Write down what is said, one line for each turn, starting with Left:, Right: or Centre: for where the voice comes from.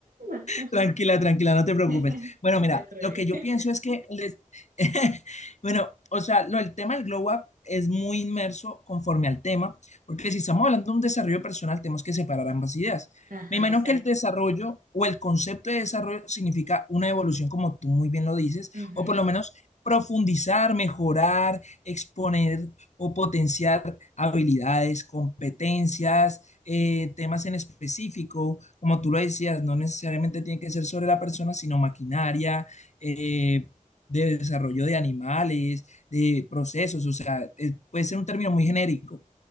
Right: <laughs>
Left: Tranquila, tranquila, no te preocupes.
Right: <laughs>
Left: Bueno, mira,
Right: Del revés.
Left: lo que yo pienso es que, les- <laughs> bueno, o sea, lo, el tema del Glow Up es muy inmerso conforme al tema, porque si estamos hablando de un desarrollo personal, tenemos que separar ambas ideas.
Right: Ajá,
Left: Me imagino
Right: exacto.
Left: que el desarrollo o el concepto de desarrollo significa una evolución, como tú muy bien lo dices,
Right: Ujú,
Left: o por lo menos profundizar, mejorar, exponer o potenciar habilidades, competencias eh, temas en específico, como tú lo decías, no necesariamente tiene que ser sobre la persona, sino maquinaria, eh, de desarrollo de animales, de procesos, o sea, eh, puede ser un término muy genérico,